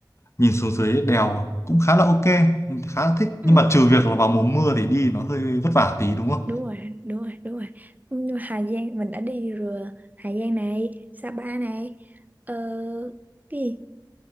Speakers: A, on the left; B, on the right.
A: nhìn xuống dưới đèo cũng khá là ok, mình khá là thích.
B: Ừ.
A: Nhưng mà trừ việc là vào mùa mưa thì đi nó hơi vất vả tí đúng không?
B: đúng rồi đúng rồi đúng rồi Nhưng mà Hà Giang mình đã đi rồi Hà Giang này Sapa này ờ, cái gì